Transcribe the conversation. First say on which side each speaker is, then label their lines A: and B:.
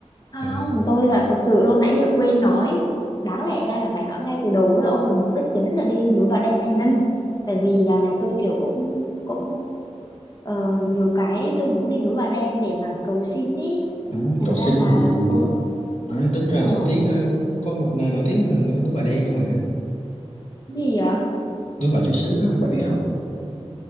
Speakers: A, on the left; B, on the left.
A: không
B: Ờ,
A: tôi là thật sự luôn nãy giờ quên nói đáng lẽ ra là phải nói ngay từ đầu với ông là mục đích chính là đi núi Bà Đen Tây Ninh tại vì dạo này tôi kiểu cũng cũng Ờ, nhiều cái tôi muốn đi núi Bà Đen để mà cầu xin ý
B: đó,
A: thành
B: cầu
A: ra
B: sinh
A: là
B: thì
A: tôi
B: à, tính ra
A: ờ
B: nổi tiếng ờ, có một nơi nổi tiếng hơn ờ, núi Bà Đen đó mà
A: gì vậy
B: núi Bà Chúa Sứ á, bà biết không